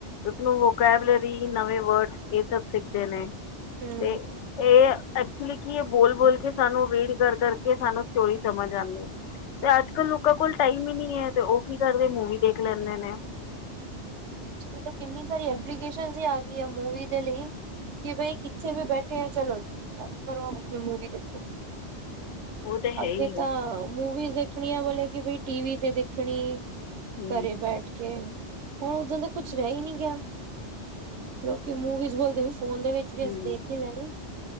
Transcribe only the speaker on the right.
ਅੱਜ-ਕੱਲ
ਅੱਜ-ਕੱਲ ਤਾਂ ਕਿੰਨੀ ਸਾਰੀ ਐਪਲੀਕੇਸ਼ਨ ਈ ਆ ਗਈਆਂ ਮੂਵੀ ਦੇ ਲਈ। ਕਿ ਭਾਈ ਕਿੱਥੇ ਵੀ ਬੈਠੇ ਆ ਚਲੋ ਜੀ ਚਾਲੂ ਕਰੋ ਅਪਨੀ ਮੂਵੀ ਦੇਖੋ।
ਅੱਗੇ
ਤਾਂ
ਮੂਵੀ ਦੇਖਣੀ ਆ ਵਾਲੀ ਕਿ ਟੀਵੀ ਤੇ ਦੇਖਣੀ।
ਘਰੇ ਬੈਠ ਕੇ। ਹੁਨ ਉਦਾਂ ਦਾ ਕੁਛ ਰਹਿ ਈ ਨੀ ਗਿਆ ਲੋਕੀ ਮੂਵੀਜ਼ ਬੋਲਦੇ ਫੋਨ ਦੇ ਵਿੱਚ ਵੀ
ਅਸੀਂ ਦੇਖ ਹੀ ਲੈਨੀ।